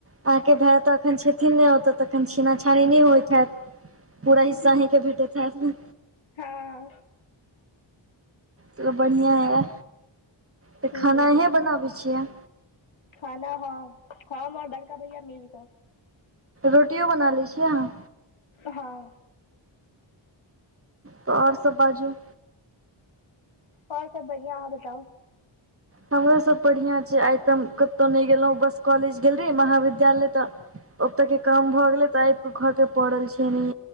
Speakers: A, on the right; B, on the left.
A: अहाँके भाय तऽ अखन छथिन नहि ओतऽ तऽखन छीना छानी नहि होइत हेत पूरा हिस्सा अहिं के भेटेत हैत ने
B: हँ
A: चलू बढ़िआँ यइ तऽ
B: हूँ
A: खाना अही बनाबै छियै
B: खाना हँ हम और बड़का भैया मिल कऽ
A: रोटियो बना लै छियै अहाँ
B: हँ
A: त आओर सब बाजु
B: ओर सब बढ़ियां अहाँ बताउ
A: हमरो सब बढ़िआँ छै आइ तऽ हम कतहु नहि गेलहुँ बस कॉलेज गेल रही महाविद्यालय तऽ ओतऽ के काम भऽ गेलै तऽ आब कऽ घर के पड़ल छै ने